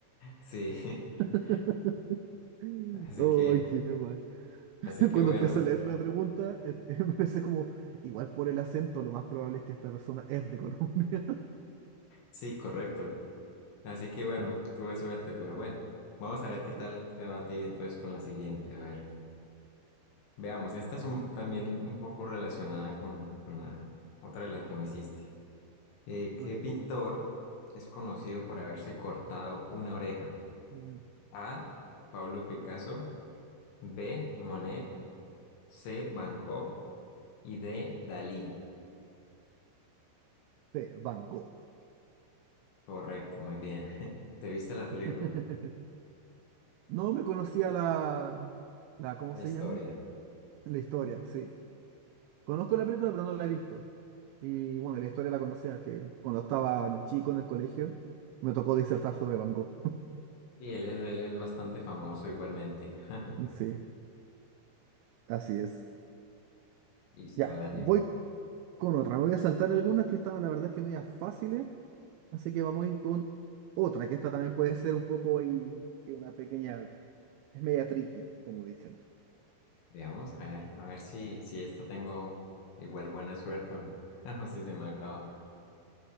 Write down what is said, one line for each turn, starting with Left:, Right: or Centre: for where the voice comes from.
Left: Sí, <laughs>
Right: <laughs> ¡Ay,
Left: así que,
Right: qué mal!
Left: así que
Right: Cuando
Left: bueno.
Right: empecé a leer la pregunta, eh, <laughs> me pensé como, igual por el acento, lo más probable es que esta persona es de Colombia.
Left: Sí, correcto. Así que bueno,
Right: <laughs>
Left: tuve suerte, pero bueno. Vamos a ver qué
Right: Sí,
Left: tal quedó a ti entonces con la siguiente. A ver. Veamos, esta es un- también un poco relacionada con, con la otra de las que me hiciste. Eh, ¿qué
Right: ok.
Left: pintor es conocido por haberse cortado una oreja?
Right: Mm,
Left: A. Pablo Picasso. B. Monet. C. Van Gogh. Y D. Dalí.
Right: sí, Van Gogh.
Left: Correcto, muy bien. <laughs> ¿Te viste la
Right: <laughs>
Left: película?
Right: No me conocía la, la, ¿cómo
Left: La
Right: se
Left: historia.
Right: llama? La historia, sí. Conozco la película, pero no la he visto. Y bueno, la historia la conocía, que cuando estaba chico en el colegio, me tocó disertar sobre Van Gogh.
Left: sí él es, él es bastante famoso igualmente. <laughs>
Right: <laughs> Sí, así es.
Left: Listo,
Right: Ya,
Left: dale.
Right: voy con otra. Me voy a saltar algunas que estaban, la verdad, es que medias fáciles. Así que vamos a ir con otra, que esta también puede ser un poco y, y una pequeña, es media tricky, como dicen.
Left: Veamos, a ver, a ver si, si esta tengo igual buena suerte o no. <laughs> O si se me acaba.